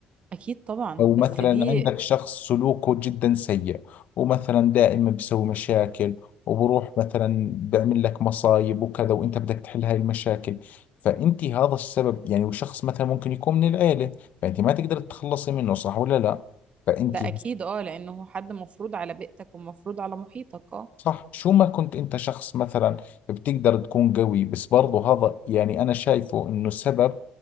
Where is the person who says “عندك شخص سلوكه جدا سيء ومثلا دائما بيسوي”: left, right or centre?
Left